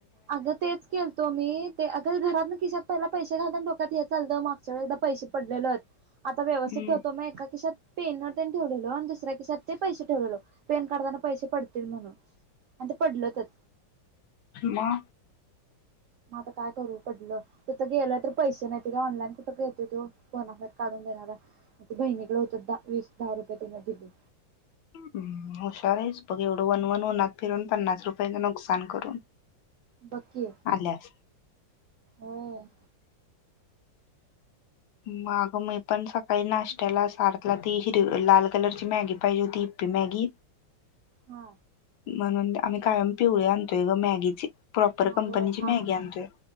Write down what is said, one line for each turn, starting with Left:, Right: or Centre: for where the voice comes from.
Right: अगं तेच केलतो मी ते अगं घरात नक्की शकतो. पहिला पैसे घालतना ो्यात हे चालत मागच्या एकदा पैसे पडलेलत. आता व्यवस्थित
Left: हम्म
Right: ठेवतो मग एका किशात पेन ठेवलेलो आणि दुसऱ्या किस पैसे ठेवलेलो पॅन कार्डाना पैसे पडतील म्हणून आणि ते पडल तर
Left: मां
Right: मग आता काय करू पडलं. गेलं तर पैसे नाही का ऑनलाईन कुठं घेते बोनाफाईट काढून देणारा बहिणीकडे होत वीस दहा रुपये त्यांन दिली
Left: ह हुशार आहेच बघ एवढं वन वन उनत फिरून पन्नास रुपयांच नुकसान करून
Right: बगं की
Left: आल्यास
Right: होय
Left: माग मी पण सकाळी नाश्त्याला सारथला ती हिर लाल कलरची मॅगी पाहिजे ती हिप्पी मॅग
Right: हा
Left: म्हणून आम्ही कायम पिवळी आणतोय ग मॅगीचे प्रॉपर
Right: हा
Left: कंपनीची
Right: होय हा
Left: मॅगी
Right: हा
Left: आणतोय